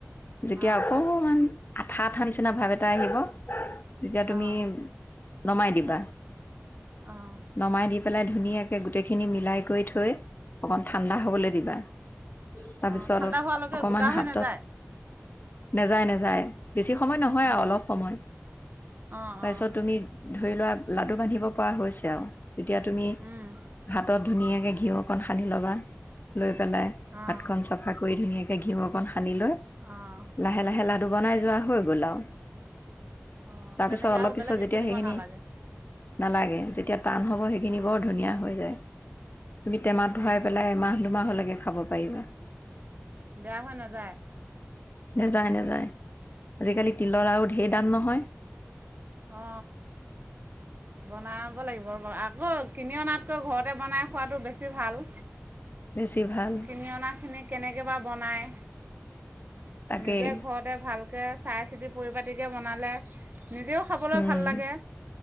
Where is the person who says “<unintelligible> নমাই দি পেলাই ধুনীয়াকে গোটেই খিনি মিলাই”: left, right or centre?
Left